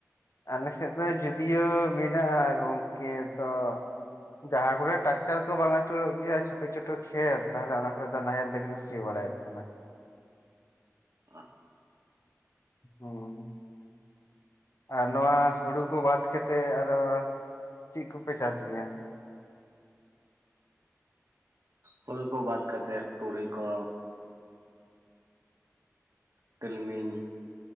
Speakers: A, on the left; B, on the right.
A: ᱟᱞᱮ ᱥᱮᱫ ᱫᱚ ᱡᱩᱫᱤᱭᱳ ᱢᱮᱱᱟᱜᱼᱟ ᱜᱚᱝᱠᱮ ᱛᱚ ᱡᱟᱦᱟᱸ ᱠᱚᱨᱮ ᱴᱟᱠᱴᱟᱨ ᱠᱚ ᱵᱟᱝ ᱟᱪᱩᱨᱚᱜ ᱜᱮᱭᱟ ᱪᱷᱳᱴᱳ ᱪᱷᱳᱴᱳ ᱠᱷᱮᱛ ᱛᱟᱦᱚᱞᱮ ᱚᱱᱟ ᱠᱚᱨᱮ ᱫᱚ ᱱᱟᱦᱮᱞ ᱛᱮᱜᱮ ᱞᱮ ᱥᱤ ᱥᱮ ᱵᱟᱲᱟᱭᱮᱫ ᱠᱟᱱᱟ
B: <unintelligible>
A: ᱦᱩᱸ ᱟᱨ ᱱᱚᱣᱟ ᱦᱩᱲᱩ ᱠᱚ ᱵᱟᱛ ᱠᱮᱛᱮ ᱟᱨᱚ ᱪᱤᱜ ᱠᱩᱯᱮ ᱪᱟᱥ ᱜᱮᱭᱟ
B: ᱦᱩᱲᱩ ᱠᱚ ᱵᱟᱫ ᱠᱟᱛᱮᱜ ᱛᱩᱲᱤ ᱠᱚ ᱛᱤᱞᱢᱤᱧ